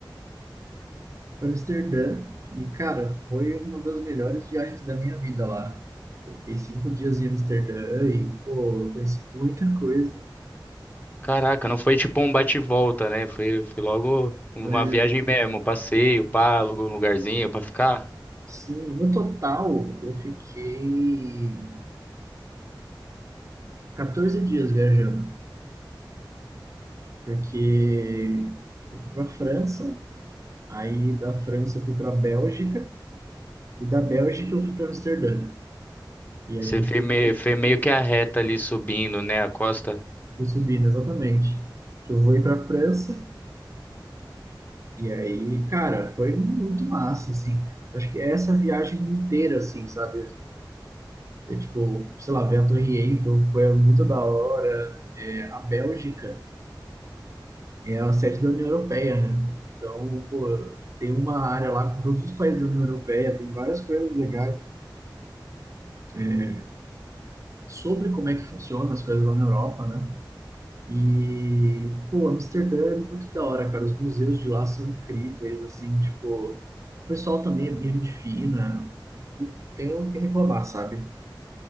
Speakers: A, on the right (about 40°); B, on the left (about 20°).
A: pra Amsterdã e, cara, foi uma das melhores viagens da minha vida lá. Eu fiquei cinco dias em Amsterdã e, pô, eu conheci muita coisa.
B: Caraca, não foi tipo um bate e volta, né? Foi, foi logo uma
A: Mas
B: viagem mesmo, um passeio, pá, alugou um lugarzinho pra ficar.
A: Sim, no total eu fiquei 14 dias viajando, porque eu fui para França, aí da França eu fui para Bélgica e da Bélgica eu fui para Amsterdã. E
B: Você
A: a gente
B: fez
A: foi
B: meio, fez meio que a reta ali subindo, né, a costa.
A: foi subindo exatamente. Que eu vou ir para França e aí, cara, foi muito massa assim. Eu Acho que essa viagem inteira assim, sabe? É, tipo, sei lá, ver a Torre Eiffel foi muito da hora. É, a Bélgica É a sede da União Europeia, né? Então, pô, tem uma área lá com todos os países da União Europeia, tem várias coisas legais é, sobre como é que funcionam as coisas lá na Europa, né? E, pô, Amsterdã é muito da hora, cara. Os museus de lá são incríveis, assim, tipo, o pessoal também é bem gente fina. Não Tenho o que reclamar, sabe?